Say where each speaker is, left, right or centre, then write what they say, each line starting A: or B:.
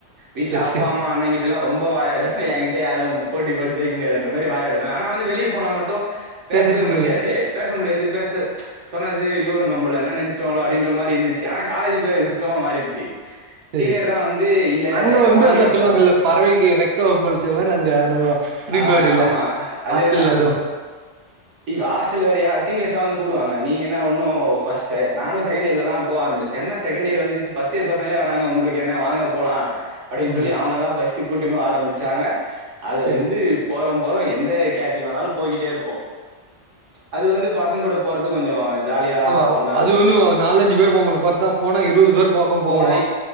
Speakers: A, on the right; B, on the right.
A: வீட்ல
B: சரி
A: அப்பா
B: சரி
A: அம்மா இப்பல்லாம் ரொம்போ வாய் ஆடி <unintelligible> யாரும் போட்டி போட்டு ஜயிக்க முடியாது என்ற மாரி வாய ஆனா வந்து வெளியே போனா மட்டும் பேசவே
B: பேசுறதுக்கு
A: முடியாது பேச முடியாது பேச தோனாது யோ நம்மள என்ன நெனச்சுருவாங்களோ அப்படின்ற மாரி இருந்துச்சு ஆனா காலேஜ் இப்போ சுத்தமா மாறிடுச்சு
B: சரி
A: சீனியர் தான் வந்து இல்ல
B: அங்க
A: வாங்க
B: <unintelligible>
A: போலா
B: பறவைக்கு ரெக்க முலச்ச மாற அங்க <unintelligible>
A: அ
B: பேர்டு இல்ல
A: ஆமா அதேதா
B: ஹாஸ்டல்ல அதுவு
A: இப்ப ஹாஸ்டல் வேறய சீனியர்ஸ் வந்து கூப்புடுவங்க நீங்க என்ன ஓன்னும் <unintelligible> நானும் செகண்ட் இயர்லதா போக ஆம்பிச்சனு செகண்ட் இயர் வந்துச்சு ஃப்ர்ஸ்ட் இயர் பசங்களே வராங்க உங்களுக்கு என்ன வாங்க போலா அப்படின்னு
B: ஆமா
A: சொல்லி அவங்கதா பஸ்ட் சு குட்டிமு ஆரமிச்சாங்க அதலின்
B: சரி
A: போறோம் போறோம் எந்த கேட்டரிங் வந்தாலும் போய்கிட்டே இருப்போம் அது வந்து பசங்க கூட போறத் து கொஞ்சோ ஜாலியா
B: ஆமா
A: ஃபன்னா இருக்கு
B: அது ஒன்னு நாலஞ்சி பேரு போம்மாட்டோ பாத்தா போனா இருவது பேரு பாக்கோம்
A: போனா
B: போவோ